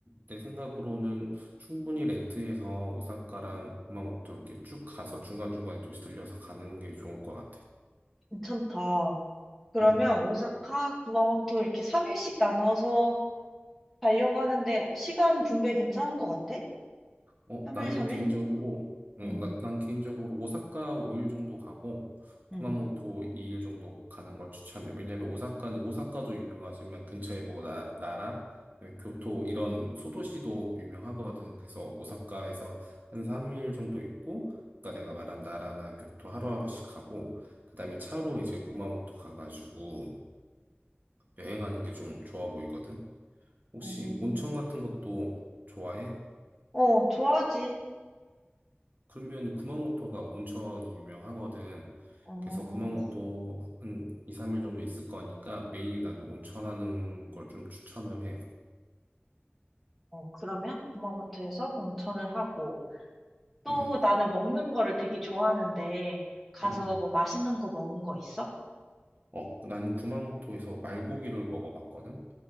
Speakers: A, on the right (about 45°); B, in the centre.
A: 내 생각으로는 충분히 렌트해서 오사카랑 구마모토 이렇게 쭉 가서 중간중간에 도시 들려서 가는 게 좋을 것 같아.
B: 괜찮다. 그러면
A: 응, 응.
B: 오사카, 구마모토 이렇게 3일씩 나눠서 가려고 하는데 시간 분배 괜찮은 것 같아?
A: 어,
B: 3일,
A: 나는
B: 3일?
A: 개인적으로, 어,
B: 응,
A: 나, 난 개인적으로 오사카 5일 정도 가고,
B: 응.
A: 구마모토 2일 정도 가는 걸 추천해. 왜냐면 오사카는 오사카도 유명하지만 근처에 뭐 나, 나라, 그다음에 교토 이런 소도시도 유명하거든. 그래서 오사카에서 한 3일 정도 있고, 아까 내가 말한 나라나 교토 하루하루씩 하고, 그다음에 차로 이제 구마모토 가가지고 여행하는 게 좀 좋아 보이거든. 혹시
B: 어,
A: 온천 같은 것도 좋아해?
B: 어, 좋아하지.
A: 그러면 구마모토가 온천이 유명하거든.
B: 어,
A: 그래서 구마모토 한 2, 3일 정도 있을 거니까 매일 난 온천하는 걸 좀 추천을 해.
B: 어, 그러면 구마모토에서 온천을 하고 또
A: 응,
B: 나는 먹는 거를 되게 좋아하는데 가서
A: 응. 응.
B: 뭐 맛있는 거 먹은 거 있어?
A: 어, 나는 구마모토에서 말고기를 먹어봤거든.